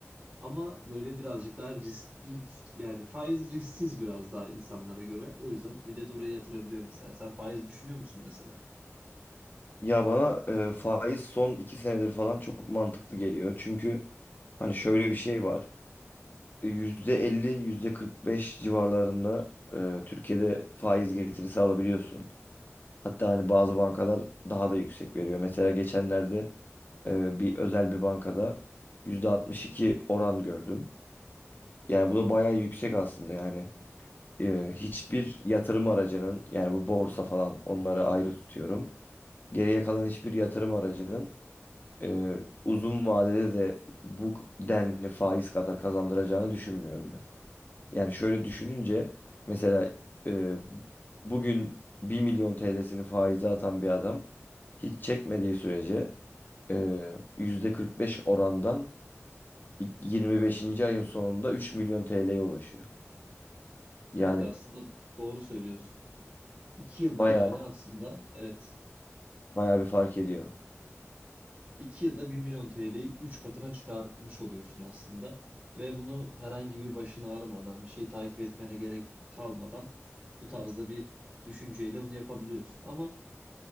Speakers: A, on the right; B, on the left.
A: Ama böyle birazcık daha riskli yani faiz risksiz biraz daha insanlara göre. O yüzden millet oraya yatırabiliyor mesela. Sen faiz düşünüyor musun mesela?
B: Ya bana e, faiz son 2 senedir falan çok mantıklı geliyor çünkü hani şöyle bir şey var. %50, %45 civarlarında e, Türkiye'de faiz getirisi alabiliyorsun. Hatta hani bazı bankalar daha da yüksek veriyor. Mesela geçenlerde e, bir özel bir bankada %62 oran gördüm. Yani bu da bayağı yüksek aslında yani. E, hiçbir yatırım aracının yani bu borsa falan onları ayrı tutuyorum. Geriye kalan hiçbir yatırım aracının e, uzun vadede de bu denli faiz kadar kazandıracağını düşünmüyorum Yani şöyle düşününce mesela e, bugün bir milyon TL'sini faize atan bir adam hiç çekmediği sürece e, %45 orandan 25. ayın sonunda üç milyon TL'ye ulaşıyor.
A: Evet
B: Yani
A: aslında doğru söylüyorsun. iki yılda
B: bayağı
A: yani aslında evet
B: bayağı bir fark ediyor.
A: 2 yılda bir milyon TL'yi 3 katına çıkarmış oluyorsun aslında. Ve bunu herhangi bir başını ağrımadan, bir şey takip etmene gerek kalmadan bu tarzda bir düşünceyle bunu yapabiliyorsun. Ama